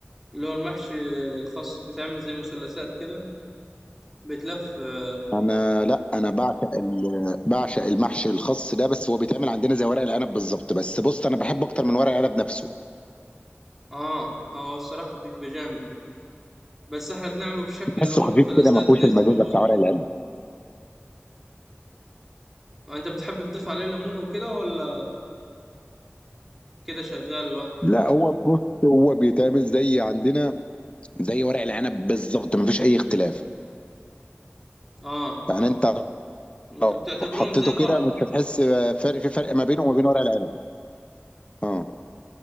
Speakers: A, in the centre; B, on the left (about 25°).
A: اللي هو المحشي الخاص بيتعمل زي مثلثات كده بيتلف آه،
B: انا لا انا بعشق ال... بعشق المحشي الخاص ده بس هو بيتعمل عندنا زي ورق العنب بالظبط بس بص انا بحبه اكتر من ورق العنب نفسه
A: اه هو الصراحة بيبقى جامد بس احنا بنعمله بشكل
B: تحسه
A: اللي هو
B: خفيف
A: المثلثات
B: كده ما فيهوش
A: زي
B: المزازه
A: السمبوسة
B: بتاع ورق
A: كده
B: العنب
A: انت بتحب تضيف عليه ليمون وكده ولا كده شغال لوحده
B: لا هو بص هو بيتعمل زي عندنا زي ورق العنب بالظبط مفيش اي اختلاف
A: اه
B: يعني انت
A: انت
B: لو
A: بتعتبرهم
B: حطيته
A: زي بعض
B: كده مش هتحس فرق في فرق ما بينه وما بين ورق العنب اه